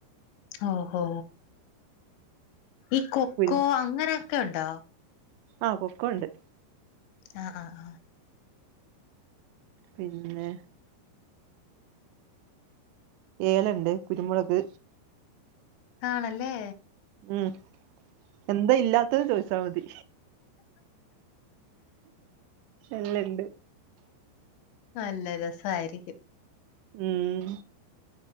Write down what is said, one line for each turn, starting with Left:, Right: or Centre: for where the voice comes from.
Left: ഓഹോ ഈ കൊക്കോ
Right: കുരു
Left: അങ്ങനെയൊക്കെണ്ടോ?
Right: ആഹ് കൊക്കോണ്ട്.
Left: ആഹ് ആഹ് ആഹ്
Right: പിന്നെ ഏലണ്ട് കുരുമുളക്
Left: ആണല്ലേ
Right: ഉം എന്താ ഇല്ലാത്തഹ് ചോയ്ച്ചാമതി എല്ലണ്ട്
Left: നല്ല രസായിരിക്കും
Right: ഉം